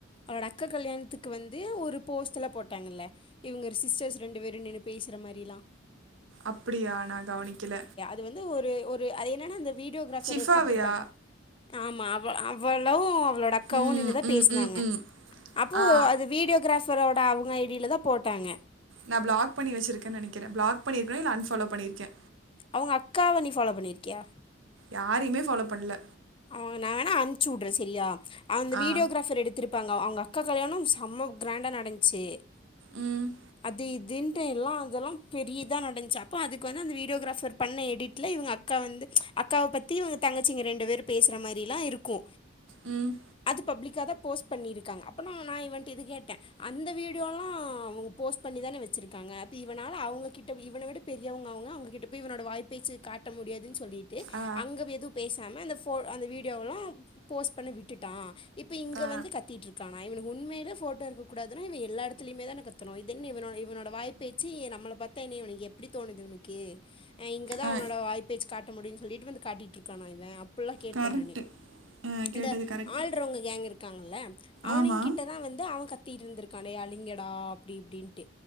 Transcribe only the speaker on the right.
அப்டியா நா கெவனிக்கல
ஷிஃபாவையா
ம்
ம் ம் ம்
ஆ
நா ப்ளாக் பண்ணி வச்சுருக்கனு நெனைக்கிறே ப்ளாக் பண்ணிருக்கனு இல்ல அன்ஃபாலோ பண்ணிருக்கே
யாரையுமே ஃபாலோ பண்ணல
ஆ
ம்
ம்
ஆ
ஆ
ஆ
கரெக்ட்டு
ஆ கேட்டது
கரெக்ட்டு
ஆமா